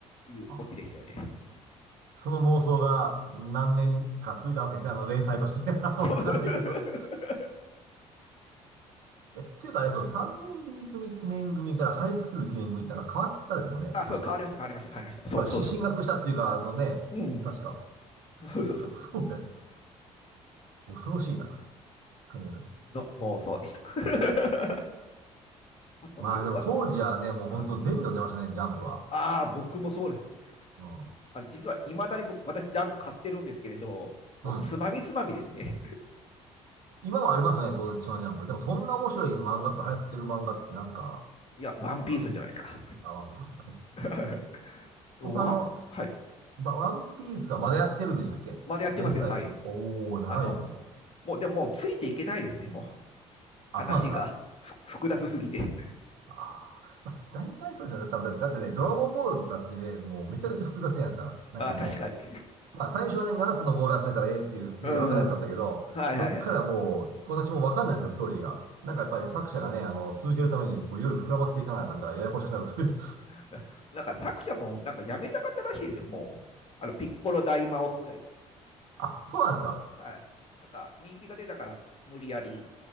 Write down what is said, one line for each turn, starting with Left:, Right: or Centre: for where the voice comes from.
Left: いうオチでしたよね。
Right: あ。その妄想が何年か続いたわけですね。あの、連載として。<laughs> あの、
Left: <laughs>
Right: わかんないけど。え、というかあれそう、3年 B 組記念組からハイスクール記念組ってなんか変わったですもんね。
Left: あ、
Right: 確か。
Left: そう、変わりました、変わりました、変わりました。そうそうそ
Right: まあ、し、進学したっていうか、そのね、
Left: う。うん、
Right: 確か。
Left: そうそうそう。
Right: そうや。恐ろしいな。考えたら。
Left: の妄想でした。<laughs> あと何かな
Right: まあでも当時はね、もう本当全部読んでましたね、
Left: あ
Right: ジャンプは。
Left: あー、僕もそうです。
Right: うん。
Left: あ実はいまだに僕、私、ジャンプ買ってるんですけれど、もうつまみつまみですね。
Right: うん。今もありますよね、当然、少年ジャンプ。でもそんな面白い漫画とか流行ってる漫画ってなんか、
Left: いや、ワンピースじゃないですか。
Right: あるあ、ワンピース。はい
Left: <laughs> ワンはい。
Right: 僕あの、すばワンピースはまだやってるんでしたっけ連載中。
Left: まだやってますよ、はい。
Right: おー、
Left: あの、
Right: 長いですね。
Left: もう、でももうついていけないですね、もう。話が複雑すぎて。
Right: あ、そうなんですか。あー、まあ、大体そうですよね。多分だだってね、ドラゴンボールだってね、もうめちゃくちゃ複雑じゃないですか。なんかも
Left: あ確かに。
Right: う、まあ最初はね、7つのボール集めたらええっていう、
Left: <laughs>
Right: で、
Left: うん。
Right: わかりやすかったけど、
Left: はいはいはい。
Right: そっからもう、私もわかんないですけど、ストーリーが。なんかやっぱりね、作者がね、あの、続けるために、
Left: <laughs>
Right: こう、いろいろ膨らませていかなあかんから、ややこしくなるという
Left: <laughs> なんか作者もなんかやめたかったらしいですよ、もう。あの、ピッコロ大魔王ぐらいで。
Right: <laughs> あ、そうなんですか。
Left: はい。なんか人気が出たから無理やり、